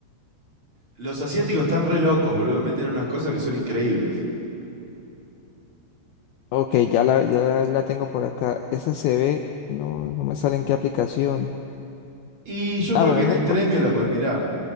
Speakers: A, on the right; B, on the left.
A: Los asiáticos están re locos, boludo. Meten unas cosas que son increíbles.
B: Ok, ya la, ya la tengo por acá. Esa se ve. No, no me sale en qué aplicación.
A: Y yo
B: Ah,
A: creo
B: bueno,
A: que en
B: no
A: Extremio
B: importa.
A: la podés mirar.